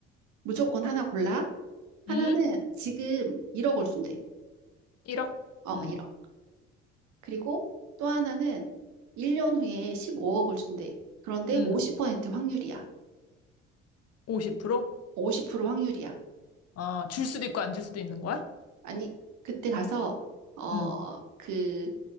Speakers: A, on the right; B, on the left.
A: 무조건 하나 골라. 하나는
B: 응?
A: 지금 1억을 준대.
B: 1억?
A: 어,
B: 응,
A: 일억 그리고 또 하나는 1년 후에 15억을 준대. 그런데
B: 응.
A: 50% 확률이야.
B: 50%?
A: 50% 확률이야.
B: 아, 줄 수도 있고 안 줄 수도 있는 거야?
A: 아니, 그때 가서, 어,
B: 응.
A: 그,